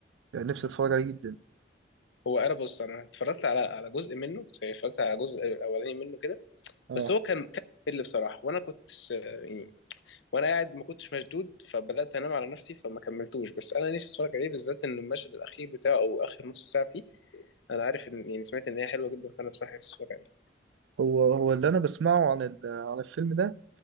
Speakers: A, on the right (about 80°); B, on the left (about 75°).
A: يعني نفسي اتفرج عليه جدا
B: هو انا بص انا اتفرجت على على جزء منه اتفرجت على الجزء الاولاني منه كده
A: اه
B: بس هو كان كان اللي بصراحه وانا كنت آه، وانا قاعد ما كنتش مشدود فبدات انام على نفسي فما كملتوش بس انا نفسي اتفرج عليه بالذات ان المشهد الاخير بتاعه او اخر نص ساعه فيه انا عارف ان يعني سمعت ان هي حلوه جدا فانا بصراحه نفسي اتفرج عليه
A: هو هو اللي انا بسمعه عن ال- عن الفيلم ده